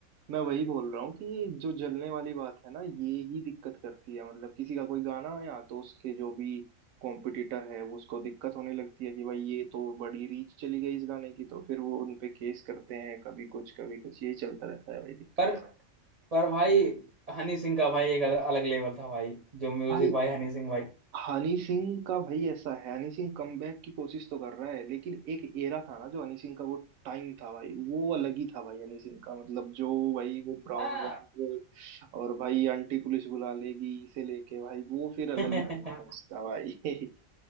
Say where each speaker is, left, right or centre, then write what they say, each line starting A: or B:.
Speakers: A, on the right; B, on the right.
A: मैं वही बोल रहा हूँ कि ये जो जलने वाली बात है ना ये ही दिक्कत करती है मतलब किसी का कोई गाना आया तो उसके जो भी कॉम्पिटिटर है वो उसको दिक्कत होने लगती है कि भाई ये तो बड़ी रीच चली गई इस गाने की तो फिर वो उनपे केस करते हैं कभी कुछ कभी कुछ यही चलता रहता है भाई दिक्कत
B: पर पर भाई हनी सिंह का भाई एक अलग, अलग लेवल था भाई जो म्यूजिक
A: भाई
B: भाई हनी सिंह भाई
A: हनी सिंह का भाई ऐसा है हनी सिंह कमबैक की कोशिश तो कर रहा है लेकिन एक एरा था ना जो हनी सिंह का वो टाइम था भाई वो अलग ही था भाई हनी सिंह का मतलब जो भाई वो ब्राउन
B: हाँ।
A: रंग और भाई आंटी पुलिस बुला लेगी से लेके भाई वो फिर अलग
B: <laughs>
A: ही टाइम था उसका भाई <laughs>